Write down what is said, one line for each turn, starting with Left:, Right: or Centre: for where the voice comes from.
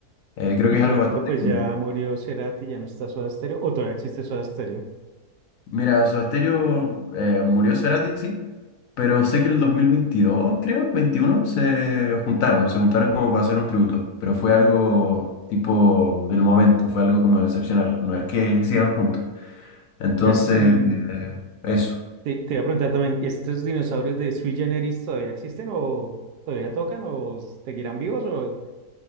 Left: Eh, creo
Right: Y
Left: que es
Right: por
Left: algo
Right: ejemplo,
Left: bastante...
Right: pues
Left: común.
Right: ya murió Cerati, ya no está Soda Stereo, o todavía existe Soda Stereo.
Left: Mira, Soda Stereo eh, murió Cerati, sí, pero sé que en el 2022, creo, 21 se juntaron, se juntaron como para hacer un tributo, pero fue algo tipo del momento, fue algo como excepcional, no es que sigan juntos. Entonces,
Right: Ya, y,
Left: eh, eso.
Right: Te, te iba a preguntar también, ¿estos dinosaurios de sui generis todavía existen o todavía tocan o seguirán vivos o,